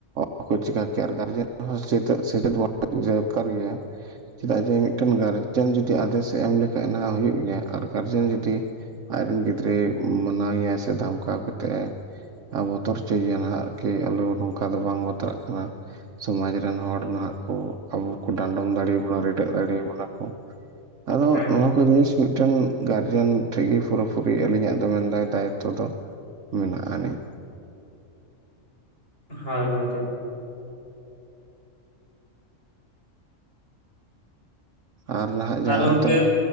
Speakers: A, on the right (about 75°); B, on the left (about 50°).
A: ᱵᱟᱠᱚ ᱪᱤᱠᱟ ᱠᱮᱭᱟ ᱟᱨ ᱜᱟᱨᱡᱮᱱ ᱦᱚᱸ ᱥᱮᱪᱮᱫ <unintelligible> ᱠᱟᱨ ᱜᱮᱭᱟ, ᱪᱮᱫᱟᱜ ᱡᱮ ᱢᱤᱫᱴᱮᱱ ᱜᱟᱨᱡᱮᱱ ᱡᱩᱫᱤ ᱟᱫᱮᱥ ᱮ ᱮᱢ ᱞᱮᱠᱷᱟᱡ ᱚᱱᱟᱱ ᱦᱟᱜ ᱦᱩᱭᱩᱜ ᱜᱮᱭᱟ ᱟᱨ ᱜᱟᱨᱡᱮᱱ ᱡᱩᱫᱤ ᱟᱡᱽ ᱨᱮᱱ ᱜᱤᱫᱽᱨᱟᱹᱭ ᱢᱟᱱᱟᱣᱭᱟ ᱥᱮ ᱫᱷᱟᱢᱠᱟᱣ ᱠᱟᱛᱮ ᱮ ᱵᱚᱛᱚᱨᱪᱚᱭᱭᱟ ᱱᱦᱟᱜ ᱠᱤ ᱟᱞᱚ ᱱᱚᱝᱠᱟ ᱫᱚ ᱵᱟᱝ ᱵᱟᱛᱨᱟᱜ ᱠᱟᱱᱟ᱾ ᱥᱚᱢᱟᱡᱽ ᱨᱮᱱ ᱦᱚᱲ ᱱᱟᱦᱟᱜ ᱠᱚ, ᱟᱵᱚ ᱠᱚ ᱰᱟᱸᱰᱚᱢ ᱫᱟᱲᱮᱭᱟᱵᱚᱱᱟ ᱨᱤᱰᱟᱹᱜ ᱫᱟᱲᱮᱭᱟᱵᱚᱱᱟ ᱠᱚ ᱟᱫᱚ
B: ᱦᱮᱸ
A: ᱱᱚᱣᱟ ᱠᱚ ᱡᱤᱱᱤᱥ? ᱴᱟᱹᱱ ᱜᱟᱨᱡᱮᱱ ᱴᱷᱮᱡ ᱜᱮ ᱯᱩᱨᱟᱹᱯᱩᱨᱤ ᱟᱹᱞᱤᱧᱟᱜ ᱫᱚ ᱢᱮᱱ ᱫᱟᱭ ᱫᱟᱭᱤᱛᱛᱚ ᱫᱚ ᱢᱮᱱᱟᱜ ᱟᱹᱱᱤᱡ᱾
B: ᱦᱳᱭ ᱜᱚᱝᱠᱮ᱾
A: ᱟᱨ ᱱᱟᱦᱟᱜ ᱡᱟᱦᱟᱸ
B: ᱟᱨ ᱜᱚᱝᱠᱮ
A: ᱮᱱᱛᱮᱱ